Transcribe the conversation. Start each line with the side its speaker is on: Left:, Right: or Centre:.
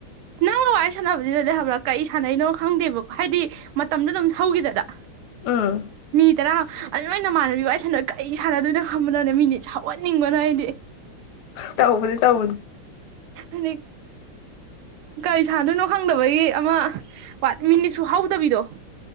Right: ꯅ ꯅꯪꯒ ꯋꯥꯔꯤ ꯁꯥꯟꯅꯕꯁꯤꯗꯗꯤ ꯍꯥꯏꯕ꯭ꯔꯥ ꯀꯔꯤ ꯁꯥꯟꯅꯩꯅꯣ ꯈꯪꯗꯦꯕꯀꯣ ꯍꯥꯏꯗꯤ ꯃꯇꯝꯗ ꯑꯗꯨꯝ ꯍꯧꯈꯤꯗꯗ
Left: ꯑꯥ
Right: ꯇꯔꯥ ꯅꯣꯏ ꯅꯃꯥꯟꯅꯕꯤ ꯋꯥꯔꯤ ꯁꯥꯟꯅ ꯀꯩ ꯁꯥꯟꯅꯗꯣꯏꯅꯣ ꯈꯪꯕꯗꯅꯦ ꯃꯤꯅꯤꯠ ꯁꯥꯎꯍꯟꯅꯤꯡꯕꯅ ꯑꯩꯗꯤ
Left: ꯇꯧꯕꯗꯤ ꯇꯧꯕꯅꯤ
Right: ꯑꯅꯤꯛ ꯀꯔꯤ ꯁꯥꯟꯗꯣꯏꯅꯣ ꯈꯪꯗꯕꯒꯤ ꯑꯃ ꯃꯤꯅꯤꯠꯁꯨ ꯍꯧꯗꯕꯤꯗꯣ